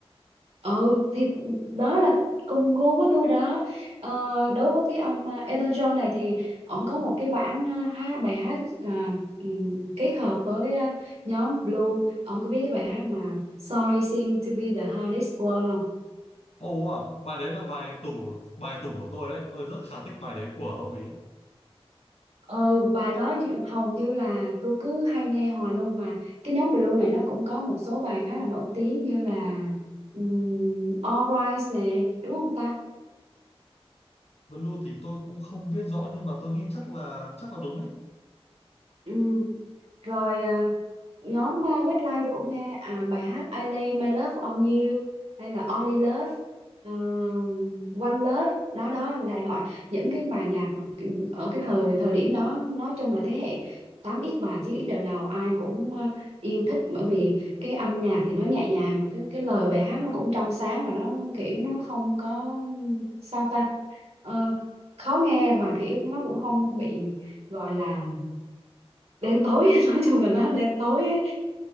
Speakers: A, on the right; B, on the left.
A: Ừ, thì đó là cùng gu với tôi rồi đó. Ờ, đối với cái ông à, Elton John này thì ông có một cái bản à, hát bài hát à, ừ, kết hợp với à, nhóm Blue. Ông có biết cái bài hát mà Sorry seem to be the hardest word không?
B: Ồ à, bài đấy là bài tủ bài tủ của tôi đấy. Tôi rất khá thích bài đấy của ông ý.
A: ừ bài đó chị- hầu như là tôi cứ hay nghe hoài luôn mà cái nhóm Blue này nó cũng có một số bài khá là nổi tiếng như là um, All Rise nè đúng không ta
B: Blue thì tôi cũng không biết rõ nhưng mà tôi nghĩ chắc là chắc là đúng đấy.
A: ừ. rồi à, nhóm uh, Westlife tôi cũng nghe à, bài hát I Lay My Love on You hay là Only Love ờ, One Love đó đó đại loại những cái bài nhạc mà kiểu- ở cái thời thời điểm đó nói chung là thế hệ tám x và chín x đời đầu ai cũng ờ, yêu thích bởi vì cái âm nhạc thì nó nhẹ nhàng và cái cái lời bài hát nó cũng trong sáng và nó kiểu nó không có sao ta Ờ, khó nghe và kiểu nó cũng không bị gọi là đen tối <laughs> nói chung là nó đen tối ấy.